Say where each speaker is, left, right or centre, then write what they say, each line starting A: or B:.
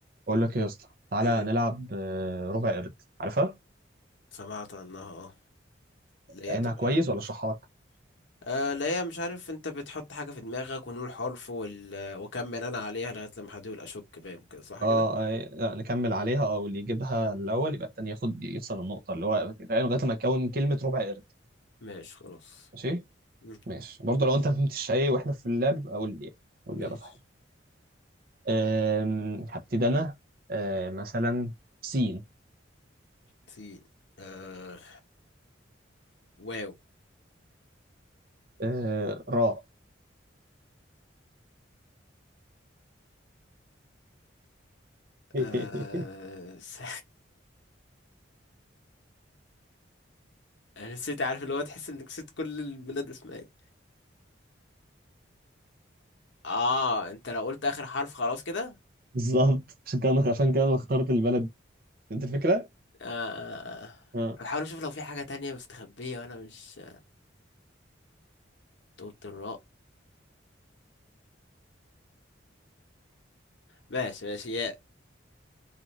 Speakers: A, on the right; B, on the left.
A: بقول لك ايه يا اسطى تعالى
B: إيه،
A: نلعب آه، ربع قرد عارفها
B: سمعت عنها اه اللي هي
A: فاهمها
B: بتبقى
A: كويس
B: بنخ...
A: ولا اشرحها لك
B: آه اللي هي مش عارف انت بتحط حاجة في دماغك ونقول حرف وال... وكمل انا عليها لغاية لما حد يقول اشك باين كده صح
A: اه
B: كده
A: آه، نكمل عليها اه واللي يجيبها الاول يبقى التاني ياخد يكسب النقطه اللي هو فاهم لغايه ما تكون كلمه ربع قرد
B: ماشي خلاص
A: ماشي
B: مم،
A: ماشي برضه لو انت ما فهمتش ايه واحنا في اللعب يبقى قول لي يعني. قول
B: ماشي
A: لي ابقى فاهم آم، هبتدي انا آه، مثلا سين
B: سين آه واو
A: آه، راء <laughs>
B: آه س... <laughs> انا نسيت عارف اللي هو تحس انك نسيت كل البلاد اسمها ايه اه انت لو قلت اخر حرف خلاص كده
A: بالظبط عشان كده عشان كده انا اخترت البلد دي. انت الفكره
B: آه آه، آه.
A: آه.
B: بحاول اشوف لو في حاجة تانية مستخبية وانا مش قلت الراء ماشي ماشي ياء